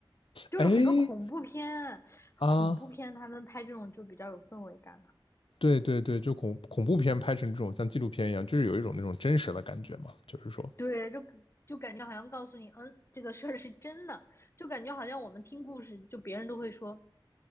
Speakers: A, on the left; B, on the left.
A: 就是很多恐怖片，
B: 哎，啊，
A: 恐怖片他们拍这种就比较有氛围感嘛。
B: 对对对，就恐恐怖片拍成这种像纪录片一样，就是有一种那种真实的感觉嘛，就是说，
A: 对，就就感觉好像告诉你，嗯，这个事儿是真的，就感觉好像我们听故事，就别人都会说